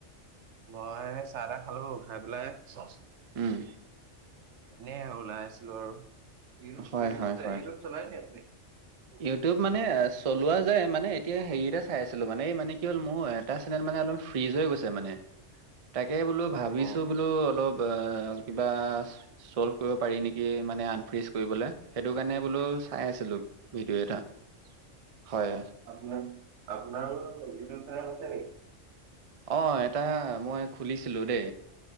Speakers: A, on the right; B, on the right.
A: মই চাহ-তাহ খালো খাই পেলাই চচ
B: উম,
A: এনেই ওলায় আছিলোঁ আৰু। ইউটিউব
B: হয়,
A: ইউটিউব
B: হয়,
A: চাই
B: হয়।
A: ইউটিউব চলাই নি আপুনি
B: ইউটিউব মানে চলোৱা যে মানে এতিয়া হেৰি এটা চাই আছিলোঁ, মানে মানে কি হ'ল মোৰ এটা চেনেল মানে অলপ ফ্ৰিজ হৈ গৈছে মানে।
A: <inaudible>
B: তাকে, বোলো
A: অ
B: ভাবিছোঁ,
A: হ
B: বোলো অলপ কিবা চল্ভ কৰিব পাৰি নেকি? মানে আনফ্ৰিজ। কৰিবলে, সেইটো কাৰণে বোলোঁ, চাই আছিলোঁ ভিডিঅ' এটা। হয়,
A: আপোনাৰ, আপোনাৰো ইউটিউব চেনেল আছে নেকি?
B: অ, এটা মই খুলিছিলো দে।